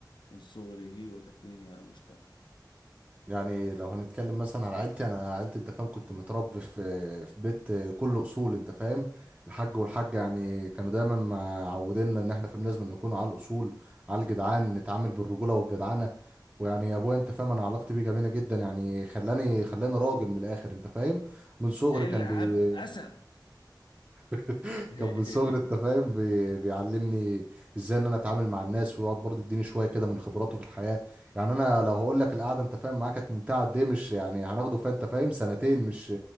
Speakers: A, on the left (about 80°); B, on the right (about 20°).
A: من صغره وتكوينه على المجتمع
B: يعني لو هنتكلم مثلا على عيلتي انا عيلتي انت فاهم كنت متربي في في بيت كله اصول انت فاهم الحاج والحاجه يعني كانوا دايما معودينا ان احنا فاهم لازم نكون على الاصول على الجدعان نتعامل بالرجوله والجدعنه ويعني ابويا انت فاهم انا علاقتي بيه جميله جدا يعني خلاني خلاني راجل من الاخر انت فاهم من صغري
A: العب
B: كان بي
A: أسد
B: <laughs>
A: <laughs>
B: كان من صغري انت فاهم بي- بيعلمني ازاي ان انا اتعامل مع الناس ويقعد برضه يديني شويه كده من خبراته في الحياه يعني انا لو هقول لك القعده انت فاهم معاك كانت ممتعه قد ايه مش يعني هناخده فيها انت فاهم سنتين مش